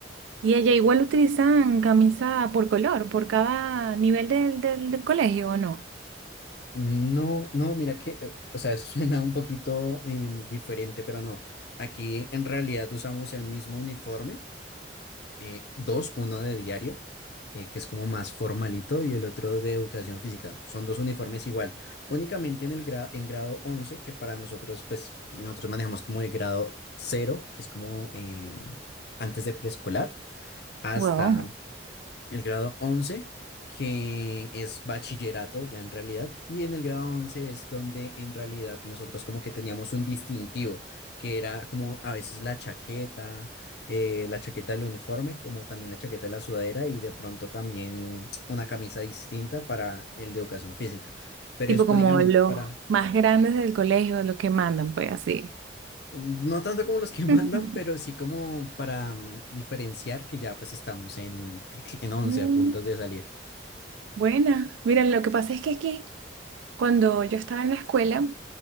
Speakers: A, on the right; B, on the left.
A: Y ella igual utilizan camisa por color, por cada nivel del, del, del colegio, ¿o no?
B: No, no, mira que, eh, o sea, eso <laughs> suena un poquito em, diferente, pero no. Aquí en realidad usamos el mismo uniforme, eh, dos, uno de diario, eh, que es como más formalito, y el otro de educación física. Son dos uniformes igual, únicamente en el gra- en grado 11, que para nosotros, pues, nosotros manejamos como de grado cero, que es como em, antes de preescolar, hasta
A: Wow.
B: el grado once que es bachillerato ya en realidad, y en el grado 11 es donde en realidad nosotros como que teníamos un distintivo, que era como a veces la chaqueta, eh, la chaqueta del uniforme, como también la chaqueta de la sudadera y de pronto también una camisa distinta para el de educación física, pero
A: Tipo
B: es
A: como
B: únicamente
A: los
B: para...
A: más grandes del colegio, los que mandan, pues así.
B: mm, No tanto como los que <laughs> mandan,
A: <laughs>
B: pero sí como para mm, diferenciar que ya pues estamos en, <laughs> en once
A: Mm,
B: a puntos de salir.
A: buena. Mira, lo que pasa es que aquí Cuando yo estaba en la escuela,